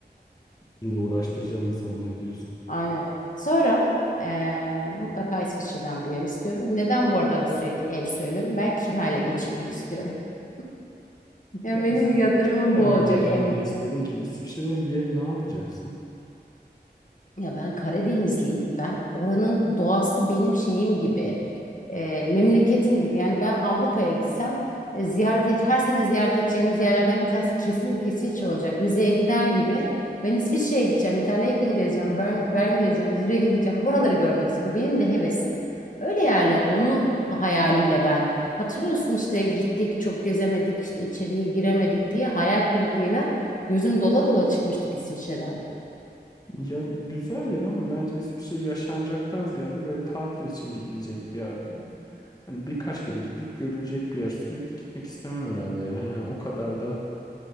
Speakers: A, on the left; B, on the left.
A: İlle uğraştıracağım insanlar diyorsun.
B: <laughs> Aynen. Sonra eee, mutlaka İsviçre'den bir yer istiyorum. Neden bu arada sürekli ev söylüyorum? Ben kirayla geçinmek istiyorum. <laughs> Yani
A: Ya
B: benim
A: İs-
B: yatırımım
A: İsviçre'den
B: bu olacak
A: bir yeri
B: Emre.
A: niye istedin ki? İsviçre'den bir yeri ne yapacaksın?
B: Ya ben Karadenizliyim. Ben oranın doğası benim şeyim gibi. e, memleketim gibi. Yani ben Avrupa'ya gitsem e, ziyaret et, her sene ziyaret edeceğimiz yerlerden bir tanesi kesinlikle İsviçre olacak. Rize'ye gider gibi. Ben İsviçre'ye gideceğim, Interlaken gezeceğim, Bern, Bern gezeceğim, Zürih'e gideceğim. Oraları görmek istiyorum. Benim de hevesim öyle yerlere. Onu hayaliyle ben. Hatırlıyorsun işte gittik çok gezemedik işte içeriye giremedik diye hayal kırıklığıyla gözüm dola dola çıkmıştık İsviçre'den.
A: Ya güzel yer ama bence İsviçre yaşanacaktan ziyade böyle tatil için gidilecek veya hani birkaç kere gidilip görülecek bir yer. Sürekli gitmek istemem herhalde ya. Yani o kadar da